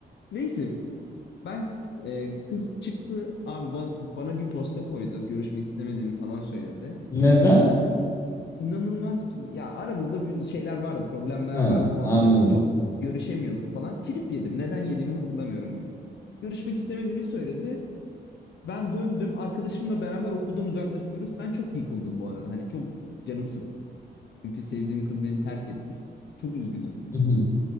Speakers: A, on the left (about 75°); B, on the left (about 15°).
A: Neyse ben e, kız çıktı abi ban- bana bir posta koydu. Görüşmek istemediğini falan söyledi.
B: Neden?
A: inanılmaz ya aramızda bir şeyler vardı, problemler
B: Ha,
A: vardı tam
B: anladım.
A: hatırlamıyorum. Çok görüşemiyorduk falan. Trip yedim. Neden yediğimi hatırlamıyorum bile. Görüşmek istemediğini söyledi. Ben döndüm. Arkadaşımla beraber okuldan uzaklaşıyoruz. Ben çok yıkıldım bu arada. Hani çok canım sıktı. Çünkü sevdiğim kız beni terk etmiş. Çok üzgünüm.
B: <laughs>